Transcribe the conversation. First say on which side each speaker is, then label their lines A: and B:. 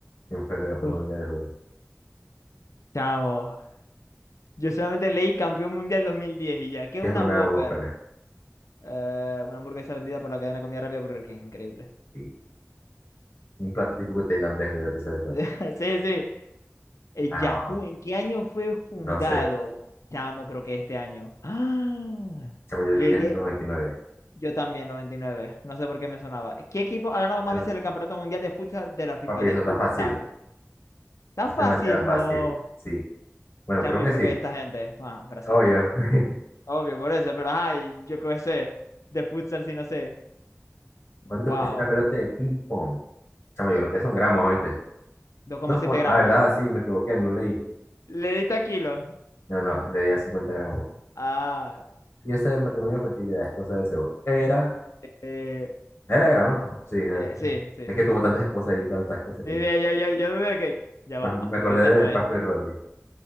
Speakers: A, on the left; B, on the left.
A: ¿Quién fue el campeón
B: Uf,
A: mundial de juego?
B: chao. Yo solamente leí campeón mundial 2010 y ya. ¿Qué es
A: ¿Qué
B: una
A: es una
B: Whopper?
A: ópera?
B: Eh, una hamburguesa vendida por la cadena de comida rápida el King. Increíble.
A: Sí. Un plato típico tailandés me dio risa de
B: <laughs>
A: eso.
B: Sí, sí. El
A: Ah,
B: Yahoo, ¿en qué año fue fundado?
A: no sé.
B: Chamo, creo que este año. ¡Ah!
A: Chamo, yo
B: Le
A: dije
B: di...
A: el 99.
B: Yo también, 99. No sé por qué me sonaba. ¿Qué equipo ha ganado
A: Bueno,
B: más veces el Campeonato Mundial de Futsal de la FIFA?
A: papi,
B: De
A: eso
B: futsal.
A: está fácil.
B: ¿Está
A: Es
B: fácil?
A: demasiado fácil,
B: No.
A: sí. Bueno,
B: Chamo,
A: creo
B: yo
A: que
B: creo
A: sí.
B: que esta gente. Ah, Brasil.
A: Oye, <laughs>
B: Obvio, por eso, pero ay, yo qué sé. De futsal, sí, no sé. Wow.
A: ¿cuánto pesa la pelota de ping pong? Chamo, yo creo
B: Esto.
A: que son gramos, ¿oíste?
B: Dos coma
A: Dos
B: siete
A: coma...
B: gramos.
A: Ah, verdad, sí, me equivoqué, no leí.
B: Le diste a kilo.
A: No, no, leí a 50 gramos.
B: Ah.
A: Y ese del matrimonio de fertilidad, esposa de Zeus. Era,
B: eh,
A: era,
B: eh,
A: era, ¿no? Oh, Sí, ¿no?
B: eh, sí,
A: <laughs>
B: sí,
A: Es
B: sí.
A: que tuvo tantas esposas y tantas cosas
B: Sí,
A: que yo.
B: ya, ya, ya, yo dudé que. Ya
A: Pero
B: va,
A: me
B: Afrodita
A: acordé
B: no
A: de
B: es.
A: Paco y Rodri.